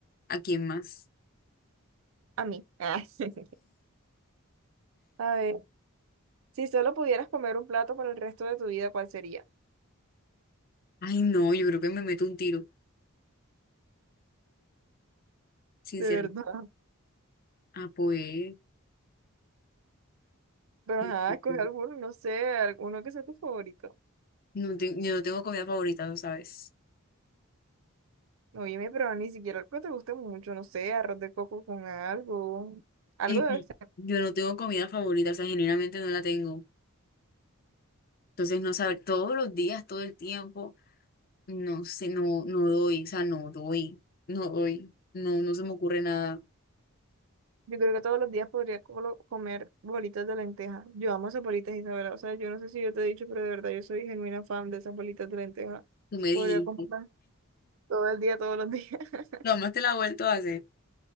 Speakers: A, on the left; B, on the right.
A: ¿A quién más?
B: a mí. <laughs> A ver, si solo pudieras comer un plato por el resto de tu vida, ¿cuál sería?
A: Ay, no, yo creo que me meto un tiro, sinceramente.
B: De verdad.
A: Ah, pues.
B: Pero
A: No
B: ajá, escoge alguno, no sé, alguno que sea tu favorito.
A: no te- yo no tengo comida favorita, lo sabes.
B: Oye, pero ni siquiera algo que te guste mucho, no sé, arroz de coco con algo. Algo
A: Y sí,
B: debe estar.
A: yo no tengo comida favorita, o sea, generalmente no la tengo. Entonces, no saber todos los días, todo el tiempo, no sé, no, no doy, o sea, no doy, no doy, no, no se me ocurre nada.
B: Yo creo que todos los días podría colo- comer bolitas de lenteja. Yo amo esas bolitas, Isabela. O sea, yo no sé si yo te he dicho, pero de verdad yo soy genuina fan de esas bolitas de lenteja.
A: Tú me dijiste.
B: Podría comprarlas todo el día, todos los días. <laughs>
A: Lo más te la he vuelto a hacer